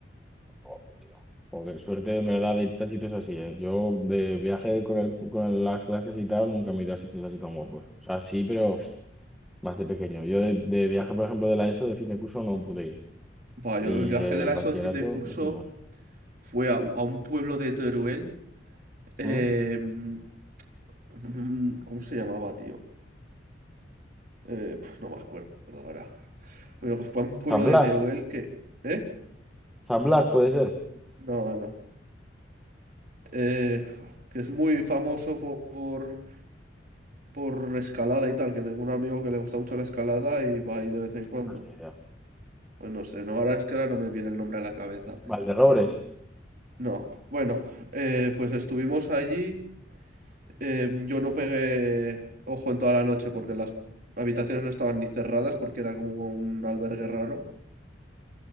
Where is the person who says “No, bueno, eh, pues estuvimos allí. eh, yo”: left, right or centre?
Right